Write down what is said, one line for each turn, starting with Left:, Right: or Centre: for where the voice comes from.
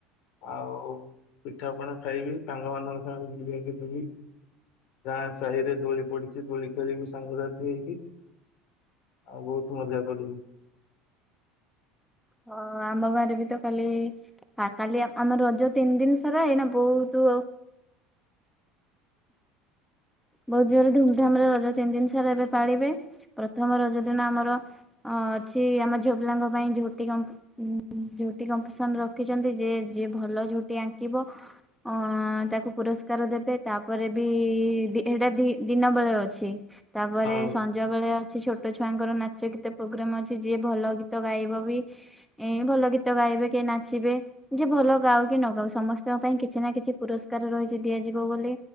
Left: ଆଉ ପିଠା ପଣା ଖାଇବି। ସାଙ୍ଗ ମାନଙ୍କ ସାଙ୍ଗେ ବୁଲିବାକୁ ଯିବି। ଗାଁ ସାହି ରେ ଦୋଳି ପଡିଛି ଦୋଳି ଖେଳିବୁ ସାଙ୍ଗ ସାଥି ହେଇକି। ଆଉ ବହୁତ ମଜା କରିବୁ।
Centre: ହଁ ଆମ ଗାଁରେ ବି ତ କାଲି କାଲି ଆମର ରଜ ତିନି ଦିନ ସାରା ଏଇନା ବହୁତ ବହୁତ ଜୋରରେ ଧୁମଧାମରେ ରଜ ତିନି ଦିନ ସାରା ଏବେ ପାଳିବେ। ପ୍ରଥମ ରଜ ଦିନ ଆମର ଅଁ ଅଛି ଆମ ଝିଅ ପିଲାଙ୍କ ପାଇଁ ଝୋଟି କର୍ମ୍ପଡି ଉ ଝୁଟି କମ୍ପିଡିସନ ରଖିଛନ୍ତି। ଯିଏ, ଯିଏ ଭଲ ଝୁଟି ଆଙ୍କିବ ଅ ତାକୁ ପୁରସ୍କାର ଦେବେ ତାପରେ ବି ସେଇଟା ଦିନ ବେଳେ ଅଛି। ତାପରେ
Left: ହଉ
Centre: ସନ୍ ସଞ୍ଜବେଳେ ଅଛି ଛୋଟ ଛୁଆଙ୍କର ନାଚ ଗୀତ ପ୍ରୋଗ୍ରାମ ଅଛି। ଯିଏ ଭଲ ଗୀତ ଗାଇବ ବି ଏ ଭଲ ଗୀତ ଗାଇବେ କି ନାଚିବେ ଯେ ଭଲ ଗାଉ କି ନ ଗାଉ ସମସ୍ତଙ୍କ ପାଇଁ କିଛି ନା କିଛି ପୁରସ୍କାର ରହିଛି ଦିଆଯିବ ବୋଲି।